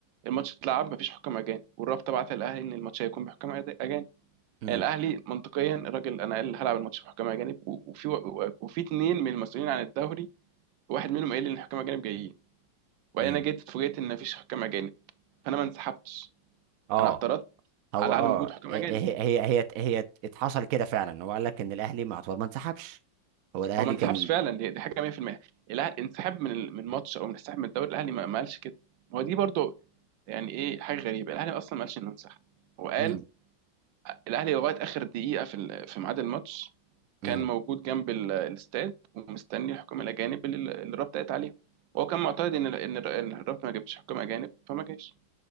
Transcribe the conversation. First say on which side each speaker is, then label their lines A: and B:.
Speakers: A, on the right; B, on the right.
A: الماتش اتلعب مفيش حكام اجانب والرابطه بعت الاهلي ان الماتش هيكون بحكام أد- اجانب
B: امم
A: يعني الاهلي منطقيا الراجل انا قال هلعب الماتش بحكام اجانب و- وفي و- وفي اتنين من المسؤولين عن الدوري واحد منهم قال لي ان الحكام اجانب جايين وبعدين
B: امم
A: انا جيت اتفاجئت ان مفيش حكام اجانب فانا ما انسحبتش
B: اه
A: انا اعترضت
B: هو
A: على
B: اه
A: عدم وجود
B: آه،
A: حكام اجانب
B: هي هي هي هي اتحصل كده فعلا هو قال لك ان الاهلي مع طول ما انسحبش هو الاهلي
A: هو ما انسحبش
B: كان
A: فعلا دي, دي حاجه 100% الاهلي انسحب من ال- من ماتش او انسحب من الدوري الاهلي ما ما قالش كده ما هو دي برضو يعني ايه حاجه غريبه الاهلي اصلا ما قالش انه انسحب هو قال
B: امم
A: الاهلي لغايه اخر دقيقه في ال- في ميعاد الماتش
B: امم
A: كان موجود جنب ال- الاستاد ومستني حكام الاجانب اللي اللي الرابطه قالت عليهم وهو كان معتقد ان ال- ان ال- إن الرابطه ما جابتش حكام اجانب فما جاش